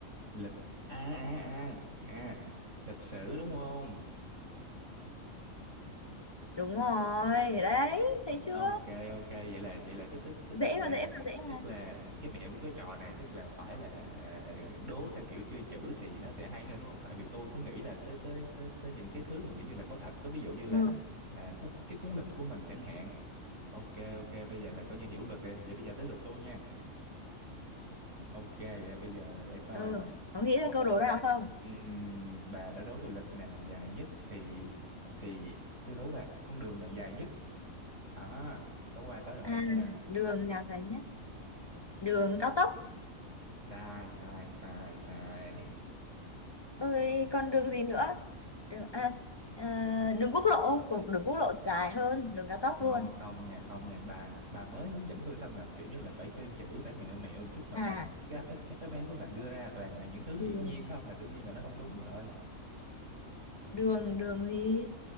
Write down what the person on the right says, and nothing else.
lịch a a a à lịch sử đúng không
ok ok vậy là vậy là tức tức tức
tức là
tức
là cái mẹo của cái trò này tức là phải là đố theo kiểu chơi chữ thì nó sẽ hay hơn đúng không tại vì tôi cứ nghĩ là tới tới tới tới những cái thứ mà kiểu như là có thật có ví dụ như là
là cu, cu- cái cuốn lịch của mình chẳng hạn ok ok bây giờ là coi như hiểu luật rồi vậy bây giờ tới lượt tôi nha ok vậy bây giờ để coi
nè
Ừm, bà đã đố tôi lịch nào dài nhất thì thì tôi đố bà con đường nào dài nhất đó có qua có lại
nha
sai sai sai sai
không không nha không nha bà bà mới hướng dẫn tôi xong là kiểu như là phải chơi chữ phải mẹo mẹo một chút mà
bà các các các đáp án của bà đưa ra toàn là những thứ hiển
nhiên không là đương nhiên là nó không đúng rồi